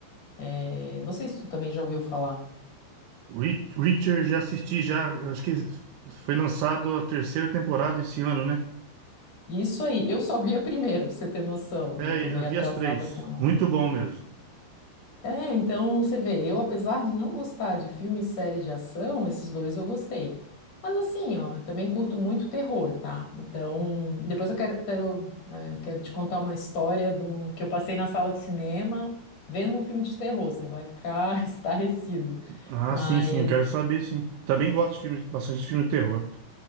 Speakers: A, on the left; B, on the right.
A: é, não sei se tu também já ouviu falar.
B: Re- Reacher já assisti, já, acho que foi lançado a terceira temporada esse ano, né?
A: Isso aí, eu só vi a primeira, pra você ter noção, né?
B: É,
A: Eu tô
B: eu
A: meio
B: já vi
A: atrasada
B: as três.
A: com ela.
B: Muito bom mesmo.
A: É, então você vê, eu apesar de não gostar de filme e série de ação, esses dois eu gostei. Mas assim, ó, também curto muito terror, tá? Então, depois eu quero, quero, eh, quero te contar uma história do que eu passei na sala de cinema vendo um filme de terror. Você vai ficar <laughs> estarrecido.
B: Ah,
A: Mas
B: sim, sim, eu quero saber, sim. Também gosto de filme, bastante de filme de terror.